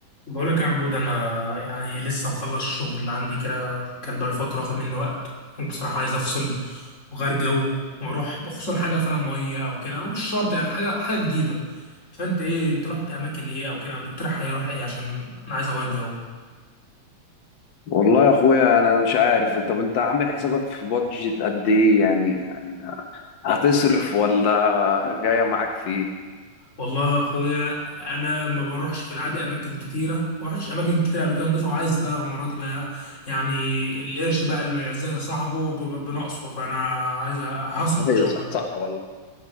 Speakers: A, on the left (about 25°); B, on the left (about 80°).
A: بقولك يا عبود انا يعني لسه مخلص شغل عندي كده كان بقاله فتره واخد مني وقت وبصراحه عايز افصل وغير جو واروح خصوصا حاجه فيها ميه او كده او مش شرط يعني حاجه حاجه جديده فانت ايه انت رحت اماكن ايه او كده وتقترح عليا اروح ايه عشان انا عايز اغير جو
B: والله يا اخويا انا أنا مش عارف طب انت عامل حسابك في بادجت قد ايه يعني يعني هتصرف ولا جايه معاك في ايه
A: والله يا اخويا انا ما بروحش في العادي اماكن كتيره ما رحتش اماكن كتيره قبل كده نضيفه وعايز بقى المره دي بقى يعني القرش بقى اللي ما يعزها صاحبه ب- ب- بنقصه فانا عايز أ- هصرف ان
B: ايوه
A: شاء
B: صح
A: الله
B: صح والله